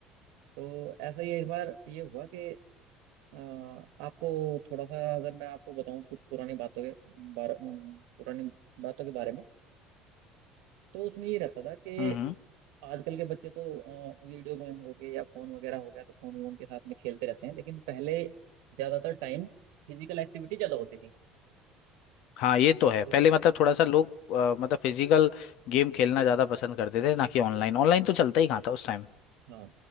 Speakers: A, on the right; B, on the left.
A: तो ऐसा ही एक बार ये हुआ कि अ, आपको थोड़ा सा अगर मैं आपको बताऊं कुछ पुरानी बातों के बारे पुरानी बातों के बारे में तो उसमें ये रहता था कि
B: हम्म
A: आजकल के बच्चे तो वीडियो गेम हो गए या फोन वगैरह हो गया तो फोन वोन के साथ में खेलते रहते हैं लेकिन पहले ज्यादातर टाइम फिजिकल एक्टिविटी ज्यादा होती थी
B: हाँ ये तो है
A: हम्म।
B: पहले मतलब थोड़ा सा लोग अ, मतलब फिजिकल गेम खेलना ज्यादा पसंद करते थे ना कि ऑनलाइन ऑनलाइन तो चलता ही कहाँ था उस टाइम
A: हाँ